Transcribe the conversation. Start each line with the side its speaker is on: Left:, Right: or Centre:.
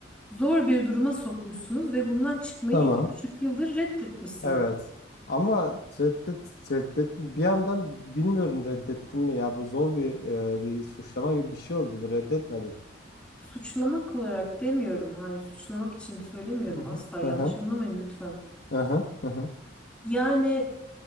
Centre: zor bir duruma sokmuşsunuz ve bundan çıkmayı
Left: Tamam.
Centre: iki buçuk yıldır reddetmişsiniz.
Left: Evet. Ama reddet, reddet bir yandan bilmiyorum reddettim mi ya bu zor bir e, bir suçlama gibi bir şey oldu bu reddetmedim.
Centre: Suçlamak olarak demiyorum, hayır suçlamak için söylemiyorum
Left: Hı hı.
Centre: asla yanlış
Left: Hı hı.
Centre: anlamayın lütfen.
Left: Hı hı. hı hı.
Centre: Yani